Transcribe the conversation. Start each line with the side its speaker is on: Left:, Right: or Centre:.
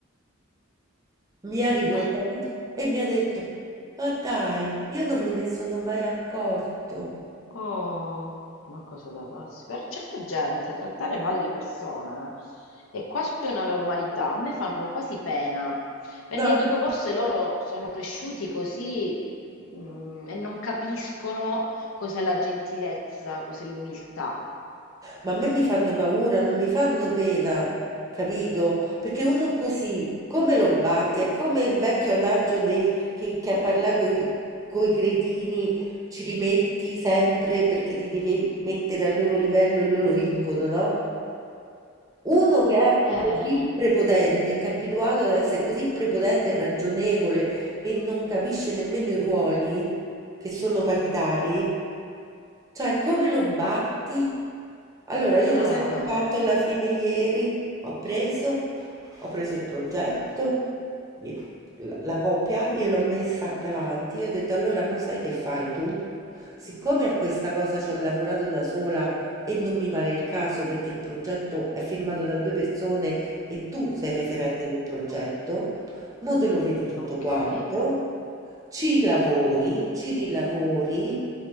Right: mi ha riguardato
Left: Boh.
Right: e mi ha detto: Ma dai, io non me ne sono mai accorto.
Left: Oh, ma cosa da pazzi? Per certa gente trattare male le persone eh, è quasi una normalità, a me fanno quasi pena, perché
Right: No, no.
Left: dico forse loro sono cresciuti così, mm, e non capiscono cos'è la gentilezza, cos'è l'umiltà.
Right: Ma a me mi fanno paura, non mi fanno pena, capito? Perché uno così, come lo batti? È come il vecchio adagio dei, che, che a parlare con i cretini ci rimetti sempre perché ti devi mettere al loro livello e loro vincono, no? Uno che è
Left: Eh,
Right: così prepotente, che è abituato ad essere così prepotente e ragionevole e non capisce nemmeno i ruoli che sono paritari, cioè, come lo batti? Allora, io lo
Left: eh,
Right: sai che ho fatto alla fine ieri? Ho preso, ho preso il progetto, gli- la, la copia, gliel'ho messa davanti, io ho detto allora, mo sai che fai tu? Siccome a questa cosa ci ho lavorato da sola e non mi pare il caso perché il progetto è firmato da due persone e tu sei referente del progetto, mo te lo vedi tutto
Left: ok,
Right: quanto.
Left: e
Right: Ci lavori, ci rilavori,